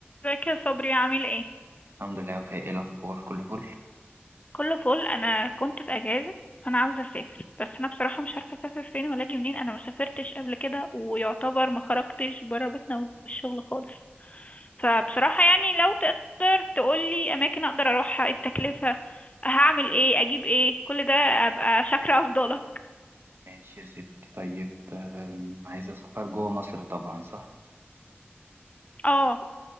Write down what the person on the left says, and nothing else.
ازيك يا صبري عامل ايه
كله فل انا كنت في اجازه فانا عاوزه اسافر بس انا بصراحه مش عارفه اسافر فين ولا اجي منين انا ما سافرتش قبل كده ويعتبر ما خرجتش بره بيتنا والشغل خالص فبصراحه يعني لو تقدر تقولي اماكن اقدر اروحها التكلفه هعمل ايه اجيب ايه كل ده ابقى شاكره افضلك
اه